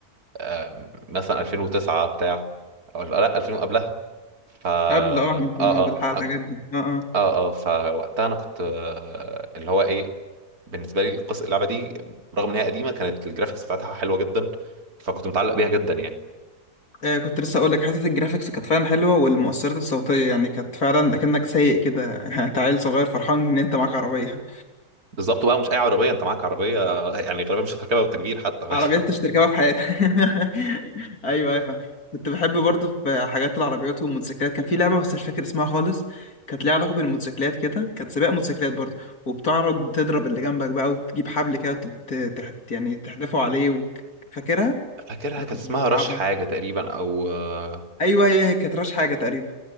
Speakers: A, on the right; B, on the left.
A: آه، مثلا 2009 بتاع او لا 2000 قبلها ف اه
B: قبل اه احنا كنا
A: اه
B: بنلحق الحاجات
A: اه
B: دي اه اه
A: اه آه، فوقتها انا كنت آه، اللي هو ايه بالنسبه لي القصه اللعبه دي رغم ان هي قديمه كانت الجرافيكس بتاعتها حلوه جدا فكنت متعلق بيها جدا يعني
B: آه كنت لسه اقول لك حته الجرافيكس كانت فعلا حلوه والمؤثرات الصوتيه يعني كانت فعلا اكنك سايق كده <laughs> انت عيل صغير فرحان ان انت معاك عربيه
A: بالظبط بقى مش اي عربيه انت معاك عربيه يعني غالبا مش هتركبها بالتكبير حتى
B: عربيات
A: فاهم؟
B: انت
A: <laughs>
B: مش تركبها في حياتك <laughs> ايوه ايوه فاهم. كنت بحب برضه في حاجات العربيات والموتوسيكلات كان في لعبه بس مش فاكر اسمها خالص كانت ليها علاقه بالموتوسيكلات كده كانت سباق موتوسيكلات برضه وبتعرض تضرب اللي جنبك بقى وتجيب حبل كده وتت... تحت... يعني تحدفه عليه و... فاكرها
A: فاكرها
B: ولا
A: كان
B: كنت
A: اسمها
B: بتلعبها
A: رش حاجه تقريبا او آه،
B: ايوه هي هي كانت راش حاجه تقريبا